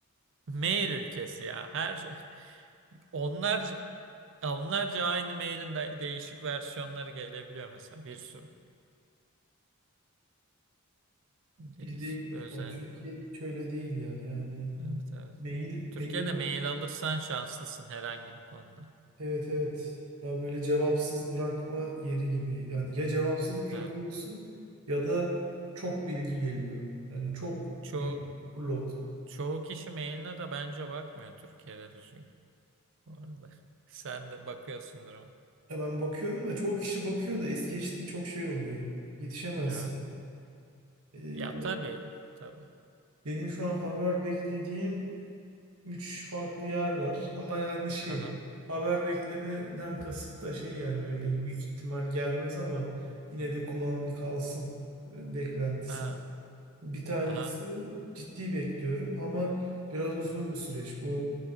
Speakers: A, on the right; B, on the right.
A: mail ülkesi ya. Her şey- onlarca onlarca aynı mailin de- değişik versiyonları gelebiliyor mesela bir sürü. Değişik
B: Bizde
A: bir özelliği
B: yani Türkiye'de
A: var.
B: hiç öyle değil ya. Yani
A: Evet evet.
B: mail
A: Türkiye'de
B: mail
A: mail
B: de
A: alırsan şanslısın herhangi bir konuda.
B: evet evet. Ya böyle cevapsız bırakma yeri gibi. Yani ya cevapsız bırakıyorsun
A: Evet.
B: ya da çok bilgi geliyor. Yani çok
A: Çoğu,
B: bilgi overload.
A: çoğu kişi mailine de bence bakmıyor Türkiye'de düzgün. Bu arada. <laughs> Sen de bakıyorsundur ama.
B: Ya ben bakıyorum da çoğu kişi bakıyor
A: Evet.
B: da es geçtiği çok şey oluyor. Yetişemezsin.
A: Evet.
B: Ee,
A: Ya tabii. Tabii.
B: Benim şu an haber beklediğim 3 farklı yer var. Ama yani şey
A: Aha.
B: haber beklemeden kasıt da şey yani öyle büyük ihtimal gelmez ama yine de kulağım bir kalsın e, beklentisi.
A: Ha.
B: Bir tanesi
A: Aha.
B: ciddi bekliyorum ama biraz uzun
A: Aha.
B: bir süreç. Bu